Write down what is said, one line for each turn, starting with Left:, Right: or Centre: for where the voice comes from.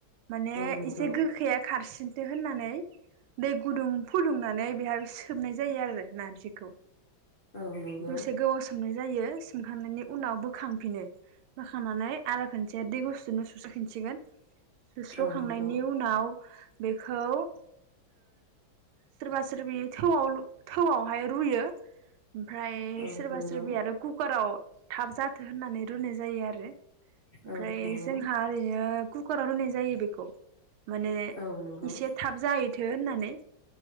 Right: माने
Left: औ नंगौ
Right: इस एसे गोखाया खारसिन दिहोननानै दै गुदुं फुदुंनानै बेहाय सोबनाय जायो आरो नारजिखौ
Left: औ नंगौ
Right: दसे गोबाव सोमनाय जायो खांनायनि उनाव बोखांफिनो बोखांनानै आरो खनसे दै गुसुनो सुस्रफिनसिगोन सुस्र'खांनाय
Left: औ नंगौ
Right: नि उनाव बेखौ ओ सोरबा सोरबि थौआव थौआवहाय रुयो ओमफ्राय
Left: औ
Right: सोरबा
Left: नंगौ
Right: सोरबि आरो कुकाराव थाब जाथो होननानै रुनाय जायो आरो ओमफ्राय
Left: औ नंगौ
Right: जोंहा ओरैनो कुकाराव रुनाय जायो बेखौ माने
Left: औ नंगौ
Right: इसे थाब जाहैथो होननानै